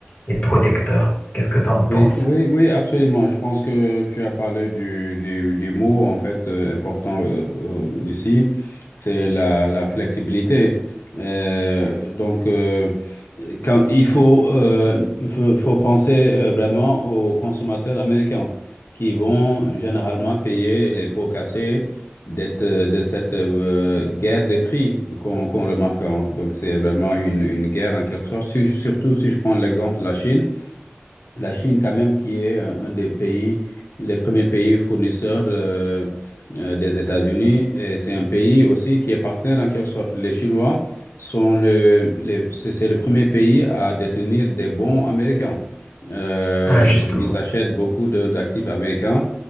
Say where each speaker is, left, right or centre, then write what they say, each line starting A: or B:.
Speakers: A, on the left; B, on the left.
A: et protecteurs. Qu'est-ce que tu en penses?
B: Oui, oui, oui, absolument. Je pense que tu as parlé du, du, du mot, en fait, euh, important euh, euh, ici, c'est la, la flexibilité. Euh, donc, euh, quand il faut, euh, il faut, faut penser euh, vraiment aux consommateurs américains qui vont généralement payer les pots cassés d'être, euh, de cette euh, guerre des prix qu'on qu'on remarque. hein. Donc, c'est vraiment une, une guerre en quelque sorte, Si- surtout si je prends l'exemple de la Chine. La Chine, quand même, qui est euh, un des pays, les premiers pays fournisseurs euh, euh, des États-Unis. Et c'est un pays aussi qui est partenaire en quelque sorte. Les Chinois sont le, les- c'est c'est le premier pays à détenir des bons américains. Euh,
A: Ah, Justement.
B: donc, ils achètent beaucoup de- d'actifs américains.